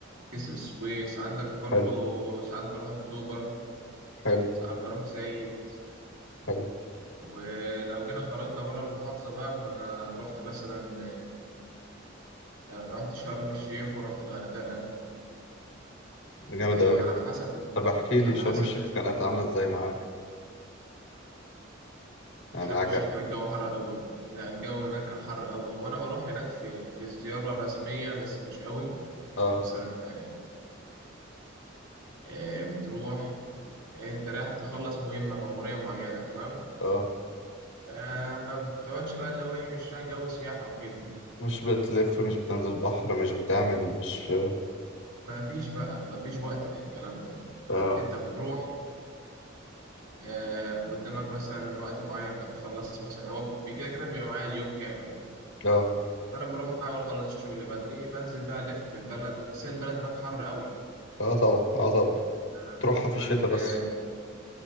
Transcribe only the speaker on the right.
كسر السويس عندك برضو
ساعات بروح أكتوبر
ساعات بروح زايد
ولو جينا خرجنا بره المحافظة بقى فأنا رحت مثلا آه، رحت شرم الشيخ ورحت الغردقة
يعني
على حسب
على
حسب
الشغل
شرم
الشيخ كان الجو حر قوي لا الجو هناك كان حر قوي هو أنا بروح هناك في في زيارة رسمية بس مش قوي يعني
مثلا آه، بتروح انت رايح تخلص مهمة مأمورية معينة تمام
فما بتقعدش بقى اللي هو ايه مش رايح جو سياحة وكده
ما فيش بقى ما فيش وقت للكلام ده فانت
بتروح آه، قدامك مثلا وقت معين انت بتخلص مثلا هو بي- كده كده بيبقى معايا اليوم كامل يعني
فانا بروح احاول اخلص شغلي بدري بنزل بقى الف في البلد بس هي البلد هناك حر قوي
يعني آه،
مثلا
آه،